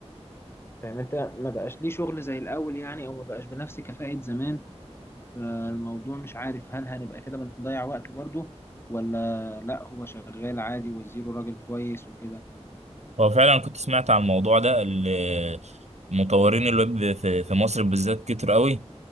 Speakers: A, on the left; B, on the right.
A: فاهم انت ما بقاش ليه شغل زي الاول يعني او ما بقاش بنفس كفاءة زمان فالموضوع مش عارف هل هنبقى كده بنضيع وقت برضه ولا لا هو شغال عادي والزيرو راجل كويس وكده
B: هو فعلا كنت سمعت عن الموضوع ده ال- مطورين الويب في في مصر بالذات كتير قوي